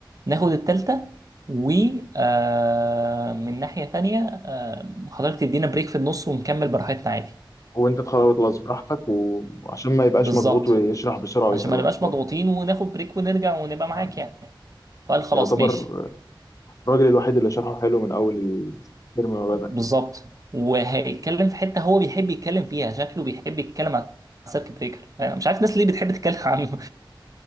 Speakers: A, on the right; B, on the left.
A: ناخد التالتة و آه، من ناحية تانية آه، حضرتك تدينا بريك في النص ونكمل براحتنا عادي
B: وانت تخلص براحتك وعشان ما يبقاش
A: بالظبط
B: مضغوط ويشرح بسرعة ويكروت
A: عشان ما نبقاش
B: الحوار
A: مضغوطين وناخد بريك ونرجع ونبقى معاك
B: يعني
A: يعني فقال خلاص
B: يعتبر
A: ماشي
B: الراجل الوحيد اللي شرحه حلو من أول الترم ما بدأ
A: بالظبط وهيتكلم في حتة هو بيحب يتكلم فيها شكله بيحب يتكلم عن السيرك بريكر أنا مش عارف الناس ليه بتحب تتكلم <laughs> عنه